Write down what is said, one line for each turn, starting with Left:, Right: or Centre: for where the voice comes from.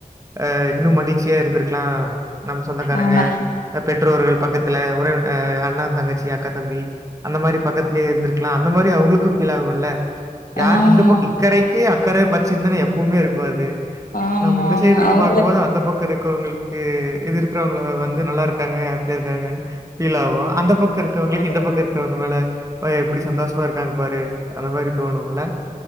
Right: அ இன்னு மடிச்சியா இருந்திருக்குலா நம்ம சொந்தக்காரங்க
Left: ஆமாங்க.
Right: பெற்றோர்கள் பக்கத்துல உறவின அ அண்ண தங்கச்சி அக்கா தம்பி அந்த மாரி பக்கத்துலயே இருந்துருக்ல அந்த மாரி அவுகுலுக்கு ஃபீல் ஆகுல யார்
Left: ஆமா.
Right: இந்த ப இக்கறைக்கு அக்கறை பச்சதானே எப்பவுமே இருக்குஅது
Left: ஆமா,
Right: நம்ம இந்த
Left: ஆமா.
Right: சைடு இருந்து
Left: அவங்களுக்கு
Right: பாக்குபோது அந்த பக்கோ இருக் குங்கவங்களுக்கு இது இருக்குறவங்கல வந்து நல்லா இருக்காங்க ஹாப்பியா இருக்காங்கனு பீல் ஆகு அந்த பக்கே இருக் மத்தவங்களுக்கு
Left: அந்த
Right: இந்த பக்கோ இருக்குறவங்க மேல பா எப்டி சந்தோஷமா இருக்காங்க பாரு அந்த மாரி தோணுல